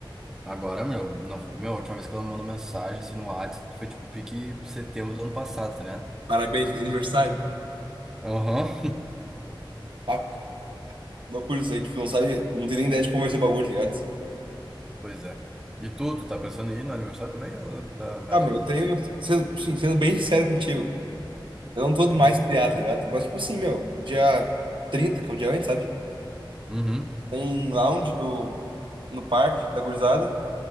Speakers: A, in the centre; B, on the right.
A: Agora, meu, não, meu, a última vez que ela me mandou mensagem assim no WhatsApp foi tipo pique setembro do ano passado, tá ligado?
B: Parabéns, fez aniversário.
A: Aham.
B: Ah, loucura isso aí. Tipo, não sabe, não tem nem ideia de como vai ser o bagulho, tá ligado?
A: Pois é. E tu, tu tá pensando em ir no aniversário também ou tá, vai
B: Ah,
A: dar
B: meu,
A: pra
B: eu
A: trás?
B: tenho. sendo- Sim, sendo bem sincero contigo. Eu não tô do mais
A: Hum.
B: pilhado, ligado? Mas, tipo assim, meu, dia 30 que é um dia antes, sabe?
A: Uhum.
B: Tem lounge do, no parque, da gurizada.